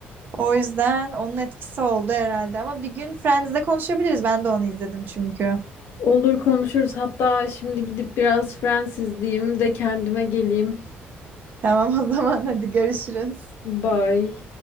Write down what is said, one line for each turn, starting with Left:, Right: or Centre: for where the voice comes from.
Right: O yüzden onun etkisi oldu herhalde. Ama bir gün Friends'de konuşabiliriz. Ben de onu izledim çünkü.
Left: Olur konuşuruz. Hatta şimdi gidip biraz Friends izleyeyim de kendime geleyim.
Right: Tamam o zaman hadi görüşürüz.
Left: Bye.